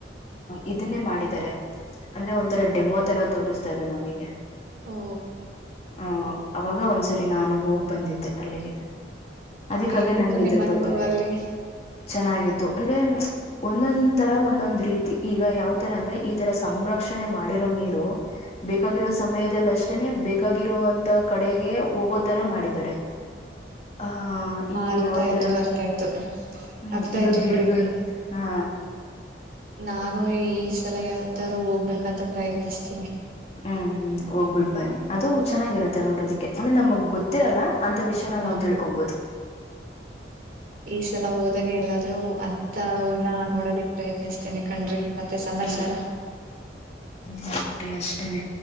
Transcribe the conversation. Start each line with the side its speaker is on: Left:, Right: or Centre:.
Left: ಇದು ಇರನ್ನೇ ಮಾಡಿದಾರೆ ಅಂದ್ರೆ ಒಂಥರ ಡೆಮೋ ತರ ತೋರಿಸ್ತಾರೆ ನಮಗೆ
Right: ಓ
Left: ಹ ಅವಾಗ ಒಂದ್ಸರಿ ನಾನು ಹೋಗ್ ಬಂದಿದ್ದೆ ಅಲ್ಲಿಗೆ. ಅದಕ್ಕಾಗ
Right: ಹೆಂಗಿತ್ತು
Left: ನನ್ಗೆ ಇದ್ರ
Right: ನಿಮ್ಮ್ ಅನುಭವ
Left: ಬಗ್ಗೆ
Right: ಅಲ್ಲಿ
Left: ಚೆನ್ನಾಗಿತ್ತು ಅಂದ್ರೆ ಒಂದೊಂದ್ ತರ ಒಂದೊಂದ್ ರೀತಿ ಈಗ ಯಾವ್ ತರ ಅಂದ್ರೆ ಈಗ ತರ ಸಂರಕ್ಷಣೆ ಮಾಡಿರೋ ನೀರು ಬೇಕಾಗಿರೋ ಸಮಯದಲ್ಲಿಷ್ಟ ಇದನ್ನೇ ಬೇಕಾಗಿರೋಂತ ಕಡೆಗೆ ಹೋಗೋತರಾ ಮಾಡಿದ್ದಾರೆ ಹ ಹಿಂಗೆ
Right: ಅರ್ಥ
Left: ಯಾವ
Right: ಆಯ್ತು
Left: ತರ
Right: ಅರ್ಥ ಆಯ್ತು
Left: ಹ್ಮ
Right: ಅರ್ಥ
Left: ಈಗ
Right: ಆಯ್ತು
Left: ಗಿಡಗಳಿವೆ
Right: ಬಿಡಿ
Left: ಹಾ
Right: ನಾನು ಈ ಸಲಾ ಯಾವತಾರೂ ಹೋಗ್ಬೇಕಂತ ಪ್ರಯತ್ನಿಸ್ತೀನಿ
Left: ಹ್ಮ್ ಹೋಗ್ಬಿಡ್ ಬನ್ನಿ ಅದು ಚೆನ್ನಾಗಿರುತ್ತೆ ನೋಡೋದಿಕ್ಕೆ ಅಂದ್ರೆ ನಮಗ್ ಗೊತ್ತಿರಲ್ಲಾ ಅಂತ ವಿಷಯನಾಗ
Right: ಹ
Left: ನಾವು ತಿಳ್ಕೊಬಹುದು
Right: ಈ ಸಲ ಹೋದಾಗ ಎಲ್ಲಾದ್ರೂ ಅಂತ ಅವನ್ನ ನೋಡೋದಿಕ್ ಪ್ರಯತ್ನಿಸ್ತಿನಿ ಕಣ್ರಿ ಮತ್ತೆ ಸಮಾಚಾರ
Left: ಇ ಹ ಕಡ್ರಿ ಅಷ್ಟೇನೆ